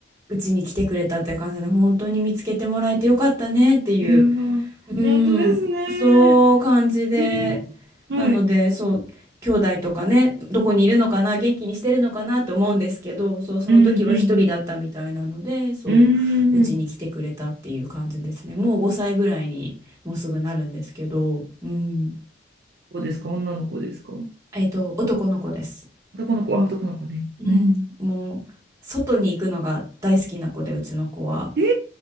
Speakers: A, on the right; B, on the right.
A: うちに来てくれたって感じで、本当に見つけてもらえてよかったねっていう、
B: いやー、
A: うん、
B: 本当ですね。
A: そう感じで、
B: えー、はい。
A: なので、そう、兄弟とかね、どこにいるのかな、元気にしてるのかなと思うんですけど、そう、その時は一人だったみたいなので、
B: うんうん。
A: そう、
B: うー
A: うちに来てくれたっていう感じですね。
B: ん。
A: もう5歳ぐらいにもうすぐなるんですけど、うん、
B: 子ですか女の子ですか
A: えっと、男の子です。
B: 男の子、あ、男の子ね。
A: うん、
B: え
A: もう外に行くのが大好きな子でうちの子は
B: ー、えー